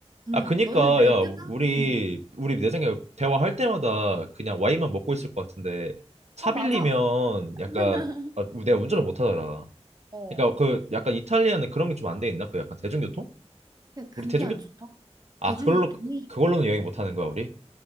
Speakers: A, on the right; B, on the right.
A: 응
B: 아, 그니까,
A: 너는 레드가?
B: 야, 우리,
A: 응.
B: 우리 내 생각에 대화할 때마다 그냥 와인만 먹고 있을 것 같은데, 차
A: 아 맞아.
B: 빌리면
A: <laughs>
B: 약간, 아, 내가 운전을 못 하잖아.
A: 어.
B: 그니까 그 약간 이탈리아는 그런 게 좀 안 돼 있나? 그 약간 대중교통?
A: 야, 그게
B: 우리 대중교,
A: 안 좋다.
B: 아,
A: 대중교통이,
B: 그걸로, 그걸로는 여행 못 하는 거야, 우리?